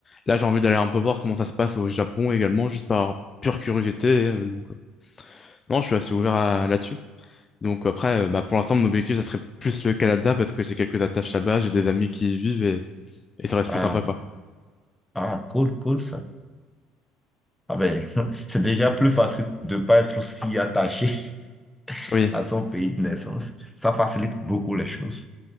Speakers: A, on the left; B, in the centre.
A: Là, j'ai envie d'aller un peu voir comment ça se passe au Japon également, juste par pure curiosité. euh, Donc euh, non, je suis assez ouvert à- là-dessus. Donc après, euh, bah, pour l'instant, mon objectif, ça serait plus le Canada parce que j'ai quelques attaches là-bas, j'ai des amis qui y vivent et, et ça reste
B: ah
A: plus sympa, quoi.
B: oui. Ah, cool, cool ça. Ah ben, <laughs> c'est déjà plus facile de ne pas être aussi attaché <laughs>
A: Oui.
B: à son pays de naissance. Ça facilite beaucoup les choses.